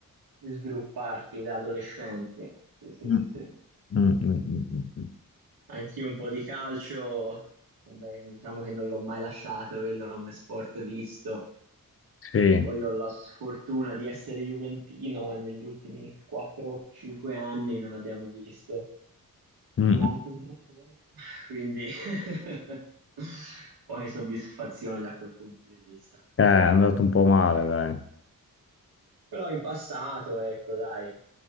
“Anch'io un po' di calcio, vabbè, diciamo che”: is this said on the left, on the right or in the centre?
Right